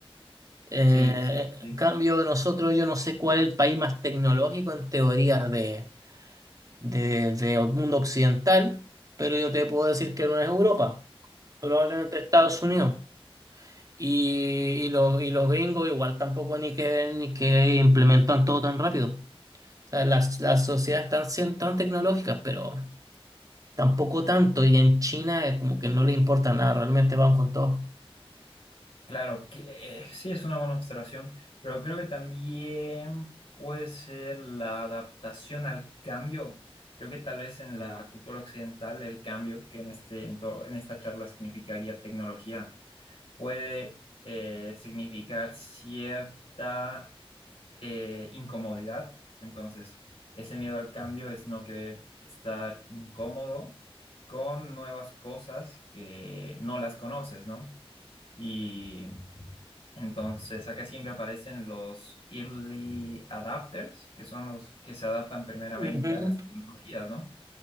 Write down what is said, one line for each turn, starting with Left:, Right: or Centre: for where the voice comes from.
Right: Eh,
Left: Sí, sí, sí.
Right: en cambio, nosotros, yo no sé cuál es el país más tecnológico en teoría de, de, de mundo occidental, pero yo te puedo decir que no es Europa. probablemente Estados Unidos. Y, y los, y los gringos igual tampoco ni que, ni que implementan todo tan rápido. O sea, las, las sociedades están siendo tan tecnológicas, pero tampoco tanto. Y en China eh, como que no le importa nada, realmente van con todo.
Left: Claro, que eh, sí es una buena observación, pero creo que también puede ser la adaptación al cambio. Creo que tal vez en la cultura occidental el cambio, que en este, en to- en esta charla significaría tecnología, puede eh, significar cierta eh, incomodidad. Entonces, ese miedo al cambio es no querer estar incómodo con nuevas cosas que no las conoces, ¿no? Y entonces acá siempre aparecen los early adapters, que son los que se adaptan primeramente
Right: Ujú.
Left: a las tecnologías, ¿no?